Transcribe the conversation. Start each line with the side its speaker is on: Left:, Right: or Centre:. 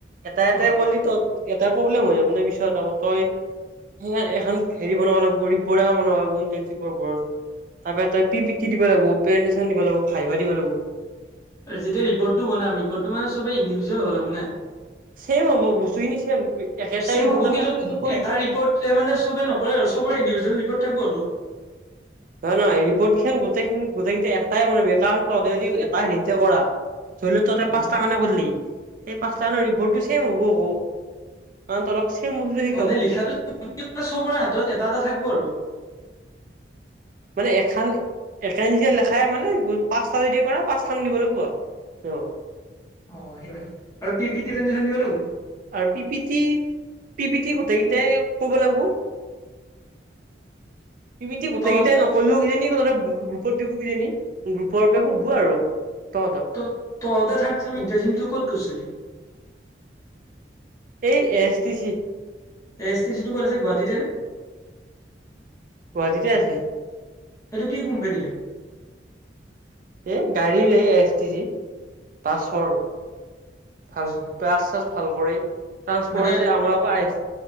Right: এটা এটাই
Left: অ
Right: কৰিলি তই এটা প্ৰব্লেম হৈ যাব ন পিছত আকৌ তই সেই এখন হেৰি বনাব লাগিব ৰিপৰ্ট এখন বনাব লাগিব ইণ্টাৰ্ণচিপৰ উপৰত। তাৰ পৰা তই পি পি টি দিব লাগিব, প্ৰেজেণ্টেছন দিব লাগিব, ভাইবা দিব লাগিব।
Left: আৰু যেতিয়া ৰিপৰ্টটো বনাম, ৰিপৰ্ট মানে চবে ইণ্ডিভিজুৱেল হ'ব লাগিব না।
Right: ছেম হ'ব বস্তুখিনি ছেম, একেটা
Left: ছেম
Right: ৰিপৰ্টকে
Left: হ'ব কিন্তু
Right: প্ৰিণ্ট কৰি
Left: এটা ৰিপৰ্টে মানে চবে নকৰে আৰু চবৰে ইণ্ডিভিজুৱেল ৰিপৰ্ট থাকিব আৰু।
Right: নহয় নহয় ৰিপৰ্টখিনি গোটেইখিনি গোটেইগিতা এটাই বনাবি, কাৰণ তহতে যদি এটা হেৰিতে কৰা ধৰি লওঁ তহতে
Left: অ
Right: পাঁচটা
Left: নহয়
Right: মানে কৰিলি, সেই পাঁচটা মানৰ ৰিপৰ্টো ছেম হ'ব ঔ। কাৰণ তহঁতক ছেম বস্তুটোৱে শিকাব।
Left: অ নে লিখাটো চবৰে হাতত এটা এটা থাকিব আৰু।
Right: মানে এখান। <unintelligible> লেখাই মানে পাঁচটা যদি কৰা, পাঁচ খান দিব লাগিব আৰু মেমক।
Left: অ' আৰু পি পি টি প্ৰেজেণ্টেছন দিব লাগিব?
Right: আৰু P P T, P P T গোটেই কেইটাই ক'ব লাগিব। পি পি টি গোটেই
Left: তহত
Right: কেইটাই নক কৰিলেও কিজানি তহঁতৰ গ্ৰুপত দিব কিজানি, গ্ৰুপৰ পৰা সোধব আৰু। তহঁতক
Left: ত' তহঁতে থাৰ্ড ছেম ইণ্টাৰ্ণশ্বিপটো ক'ত গৈছিলি?
Right: এই A S T C.
Left: A S T C টো ক'ত আছে গুৱাহাটিতে নে?
Right: গুৱাহাটীতে আছে।
Left: সেইটো কি কোম্পানী হয়?
Right: এ গাড়ীৰ এ এছ টি চি, বাছৰ, ভাল
Left: আচ্ছা
Right: বাছ চাছ ভাল কৰি, ট্ৰান্সপৰ্ট
Left: মানে
Right: আছে আমাৰ আকৌ আইছ